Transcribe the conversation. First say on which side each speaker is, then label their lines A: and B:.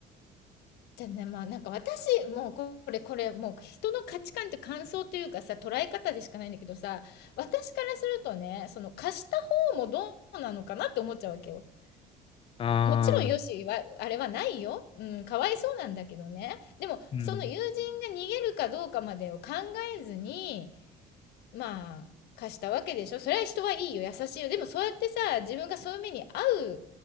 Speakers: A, on the left; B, on the left.
A: じゃね、まあなんか私、もうこれ、これ、もう人の価値観って感想というかさ、捉え方でしかないんだけどさ、私からするとね、その貸した方もどうなのかなって思っちゃうわけよ。
B: ああ、
A: もちろんよしは、あれはないよ。うん、かわいそうなんだけどね。でも、
B: うん。
A: その友人が逃げるかどうかまでを考えずに、まあ、貸したわけでしょそれは人はいいよ、優しいよ。でもそうやってさ、自分がそういう目に遭